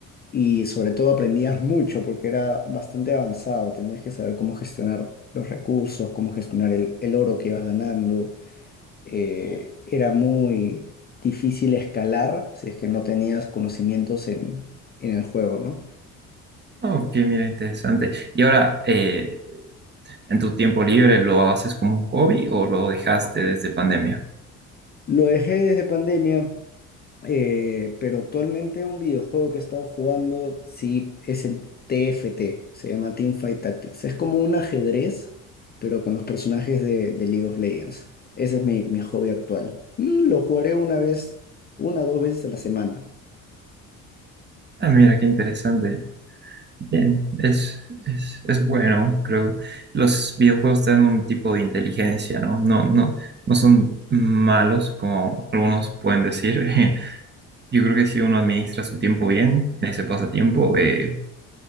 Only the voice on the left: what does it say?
Y sobre todo aprendías mucho porque era bastante avanzado, tenías que saber cómo gestionar los recursos, cómo gestionar el, el oro que ibas ganando. Eh, era muy difícil escalar si es que no tenías conocimientos en, en el juego, ¿no?
Lo dejé desde pandemia Eh, pero actualmente un videojuego que he estado jugando, sí, es el TFT, se llama Team Fight Tactics. Es como un ajedrez, pero con los personajes de, de League of Legends. Ese es mi, mi hobby actual. Mm, lo jugaré una vez, una o dos veces a la semana.